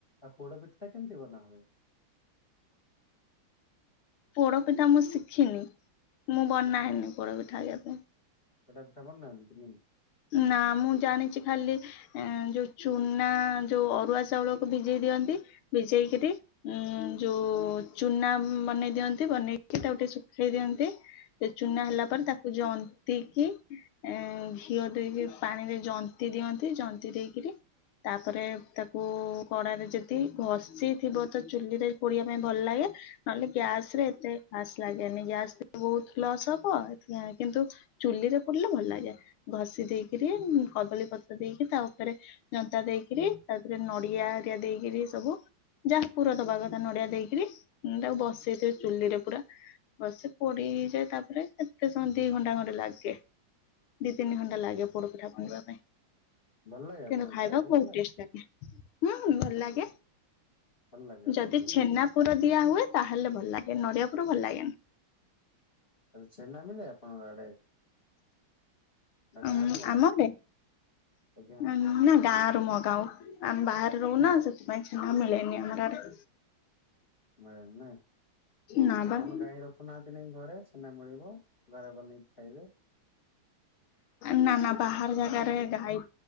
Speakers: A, on the left; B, on the left.
A: ଆଉ ପୋଡ଼ ପିଠି ଟା କେମତି ବନା ହୁଏ?
B: ପୋଡ଼ପିଠା ମୁଁ ଶିଖିନି ମୁଁ ବନାଏନି ପୋଡ଼ପିଠା କେବେ?
A: ପୋଡ଼ପିଠା ବନାନ୍ତିନି?
B: ନା ମୁଁ ଜାଣିଛି ଖାଲି ଏଁ ଯୋଉ ଚୁନା ଯୋଉ ଅରୁଆ ଚାଉଳକୁ ଭିଜେଇ ଦିଅନ୍ତି। ଭିଜେଇକିରି ଉଁ ଯୋଉ ଚୁନା ବନେଇ ଦିଅନ୍ତି। ବନେଇକି ତାକୁ ଟିକେ ଶୁଖେଇ ଦିଅନ୍ତି। ସେ ଚୁନା ହେଲା ପରେ ତାକୁ ଜନ୍ତିକି ଏଁ ଘିଅ ଦେଇକି ପାଣିରେ ଜନ୍ତି ଦିଅନ୍ତି। ଜନ୍ତି ଦେଇକିରି ତାପରେ ତାକୁ କଡାରେ ଯଦି ଘଷି ଥିବ ତ ଚୁଲିରେ ପୋଡିବା ପାଇଁ ଭଲ ଲାଗେ। ନହେଲେ ଗ୍ୟାସରେ ଏତେ ଖାସ୍ ଲାଗେନି ଗ୍ୟାସରେ ବୋହୁତ ଲସ୍ ହବ କେ କିନ୍ତ ଚୁଲିରେ ପୋଡିଲେ ଭଲ ଲାଗେ। ଘଷି ଦେଇକିରି କଦଳୀ ପତ୍ର ଦେଇକି ତା ଉପରେ ଜନ୍ତା ଦେଇକିରି ତା ଦେହେରେ ନଡିଆ ହେରିଆ ଦେଇକିରି ସବୁ ଯାହା ପୂରା ଦବା କଥା ନଡିଆ ଦେଇକିରି ତାକୁ ବସେଇଦେବେ ଚୁଲିରେ ପୁରା। ଭଲସେ ପୋଡି ହେଇଯାଏ ତାପରେ କେତେ ସମୟ ଦି ଘଣ୍ଟା ଘଣ୍ଟେ ଲାଗେ। ଦି ତିନି ଘଣ୍ଟା ଲାଗେ ପୋଡପିଠା ବନିବା ପାଇଁ।
A: ଭଲ ଲାଗେ ଆପଣଙ୍କୁ
B: କିନ୍ତୁ ଖାଇବାକୁ
A: ଭଲ
B: ବୋହୁତ ଟେଷ୍ଟ ଲାଗେ। ହୁଁ ଭଲ
A: ଆପଣ
B: ଲାଗେ।
A: ଭଲ ଲାଗେ ଆପଣଙ୍କୁ
B: ଯଦି ଛେନା ପୁର ଦିଆ ହୁଏ ତାହେଲେ ଭଲ ଲାଗେ ନଡିଆ ପୁର ଭଲ ଲାଗେନି।
A: ଛେନା ମିଳେ ଆପଣଙ୍କ ଆଡେ? ନା ଗାଁରୁ
B: ଉଁ
A: ମଗାନ୍ତି
B: ଆମ ଆଡେ
A: ଆଜ୍ଞା
B: ଉଁ ନାଁମ ଗାଁ ରୁ ମଗାଉ ଆମେ ବାହାରେ ରହୁନା ସେଥିପାଇଁ ଛେନା ମିଳେନି ଆମର ଆଡେ।
A: ମିଳେ ନାଇଁ
B: ନା ବା
A: ଆପଣ ଗାଈ ରଖୁନାହାନ୍ତି ନେଇକି ଘରେ ଛେନା ମିଳିବ। ଘରେ ବନେଇକି ଖାଇବେ।
B: ନା ନା ବାହାର ଜାଗାରେ ଗାଈ